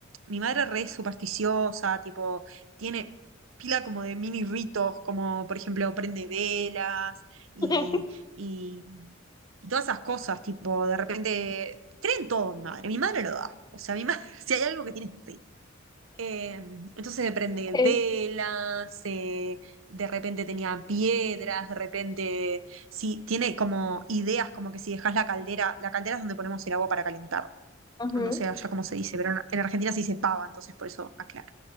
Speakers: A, on the right; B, on the left.
A: mi madre es re supersticiosa, tipo, tiene pila como de mini ritos, como, por ejemplo, prende velas y,
B: <laughs>
A: y, y todas esas cosas, tipo, de repente, cree en todo mi madre, mi madre lo da, o sea, mi madre, <laughs> si hay algo que tiene, fe. Eh, entonces se prende
B: ok,
A: velas, eh, de repente tenía piedras, de repente sí, tiene como ideas como que si dejas la caldera, la caldera es donde ponemos el agua para calentar,
B: ujú.
A: no sé allá cómo se dice, pero en, en Argentina se dice pava, entonces por eso aclaro.